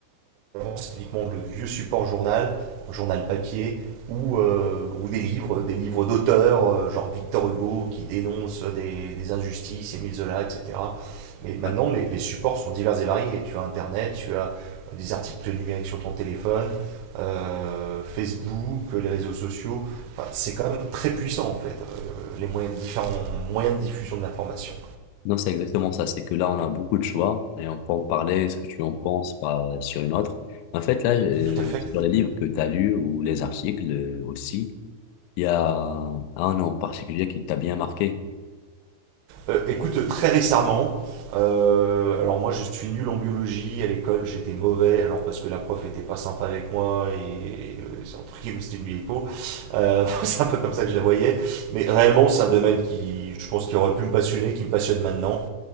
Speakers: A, on the right (about 85°); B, on the left (about 85°).
A: c'est uniquement le vieux support journal, journal papier, ou, euh, ou des livres, des livres d'auteurs, euh, genre Victor Hugo qui dénonce des, des injustices, Émile Zola, etc. Mais maintenant,
B: Ouais.
A: les, les supports sont divers et variés. Tu as Internet, tu as des articles numériques sur ton téléphone, euh, Facebook, les réseaux sociaux. Enfin, c'est quand même très puissant en fait, euh, les moyens, différents moyens de diffusion de l'information.
B: Non, c'est exactement ça. C'est que là, on a beaucoup de choix et on peut en parler, ce que tu en penses, pas sur une autre. En fait, là, euh,
A: Tout à fait.
B: sur les livres que tu as lus ou les articles euh, aussi, il y a un en particulier qui t'a bien marqué.
A: Euh, écoute, très récemment, euh, alors moi je suis nul en biologie, à l'école j'étais mauvais, alors parce que la prof était pas sympa avec moi et euh, c'est entre guillemets, c'était une vieille peau. Euh, <laughs> c'est un peu comme ça que je la voyais, mais réellement c'est un domaine qui je pense qui aurait pu me passionner, qui me passionne maintenant,